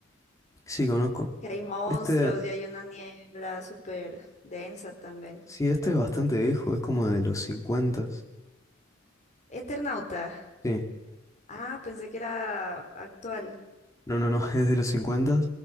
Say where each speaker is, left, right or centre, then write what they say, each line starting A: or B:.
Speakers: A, on the left (about 15°); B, on the left (about 35°).
A: Sí, conozco.
B: que hay monstruos
A: Este.
B: y hay una niebla súper densa también.
A: Sí, este es bastante viejo, es como de los 50.
B: Eternauta.
A: Sí,
B: Ah, pensé que era actual.
A: no, no, no, <laughs> es de los 50.